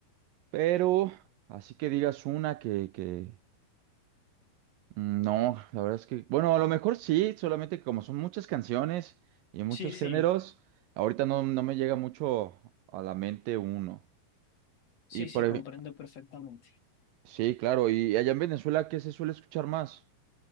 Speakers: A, on the right; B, on the left.
A: pero así que digas una que, que, mm, no, la verdad es que, bueno, a lo mejor sí, solamente que como son muchas canciones y muchos
B: sí, sí,
A: géneros, ahorita no, no me llega mucho a la mente uno.
B: sí,
A: Y por
B: sí, comprendo
A: ej-
B: perfectamente.
A: sí, claro, y allá en Venezuela, ¿qué se suele escuchar más?